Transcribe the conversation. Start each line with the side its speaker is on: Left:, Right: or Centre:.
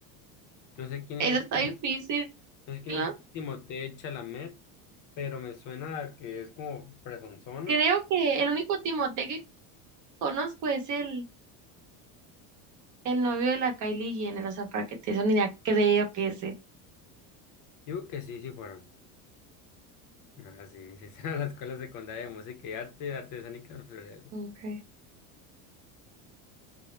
Left: no sé quién es,
Right: Eso está
Left: Tim-
Right: difícil,
Left: no sé quién
Right: ¿no?
Left: es Timothée Chalamet, pero me suena a que es como presonzona.
Right: Creo que el único Timothée que Conozco, es el, el novio de la Kylie Jenner, o sea, para que te des una idea, creo que es él.
Left: Digo que sí, sí fueron. Ah, sí, sí, <laughs> a la Escuela Secundaria de Música y Arte, Arte Escénica. Florero.
Right: okay